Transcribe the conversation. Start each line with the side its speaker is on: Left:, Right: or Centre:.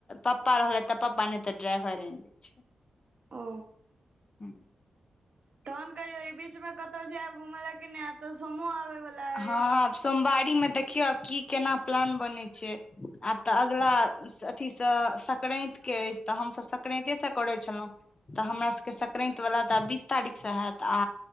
Left: पपा रहले तऽ पपा ने तऽ ड्राइवर आइन दै छै
Right: ओ
Left: हूँ <inaudible>
Right: तहन कहियो ई बीच में कतौ जायब घूमय ल कि ने आब तऽ सोम आबे वाला
Left: हँ
Right: अछि
Left: आब सोमवारी में देखियौ आब की केना प्लान बनेय छै आब तऽ अगला अथी सँ संक्रैत के अछि तऽ हम सभ संक्रैते से करै छलहुँ तऽ हमरा सभ के संक्रैत वला तऽ बीस तारीख से हयैत आ